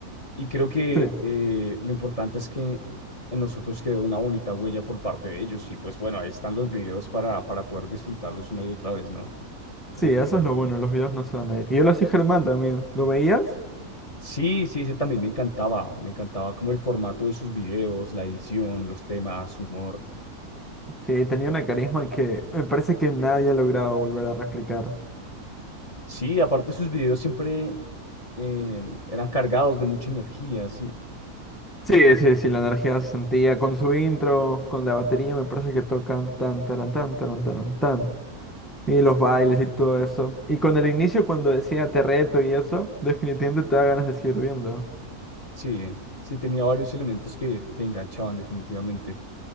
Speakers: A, on the left; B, in the centre.
A: Y creo que
B: sí,
A: eh, lo importante es que en nosotros quedó una bonita huella por parte de ellos. Y pues bueno, ahí están los videos para, para poder disfrutarlos una y otra vez, ¿no? Yo
B: sí,
A: Creo
B: eso
A: que es lo...
B: es lo bueno, los videos no se van a ir. Y hola, soy Germán también, ¿lo veías?
A: Sí, sí, ese también me encantaba. Me encantaba como el formato de sus videos, la edición, los temas, su humor.
B: Sí, tenía una carisma que me parece que nadie ha logrado volver a replicar.
A: Sí, aparte sus videos siempre em, eran cargados de mucha energía, ¿sí?
B: Sí, sí, sí, la energía se sentía con su intro, con la batería, me parece que tocan tan, taran, tan, taran, taran, tan, y los bailes y todo eso. Y con el inicio, cuando decía te reto y eso, definitivamente te da ganas de seguir viendo.
A: Sí, sí, tenía varios elementos que te enganchaban definitivamente.